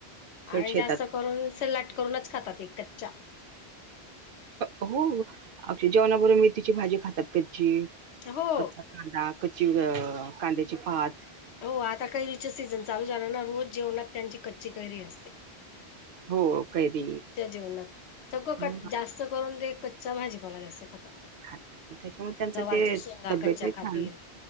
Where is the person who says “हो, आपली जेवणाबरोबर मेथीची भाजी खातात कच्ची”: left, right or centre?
Right